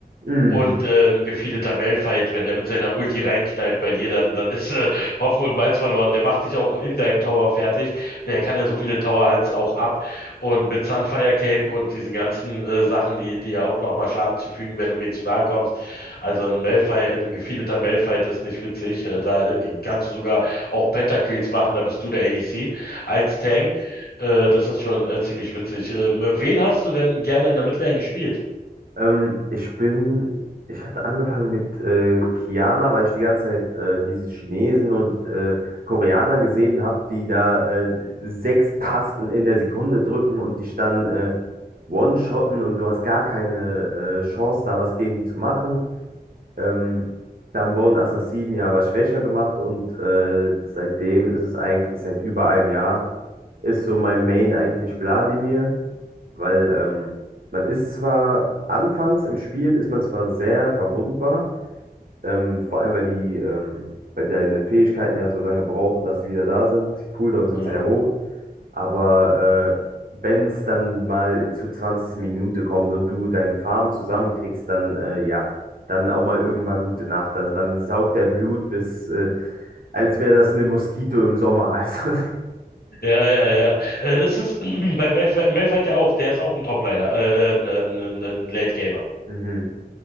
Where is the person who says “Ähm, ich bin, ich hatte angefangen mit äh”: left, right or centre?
Right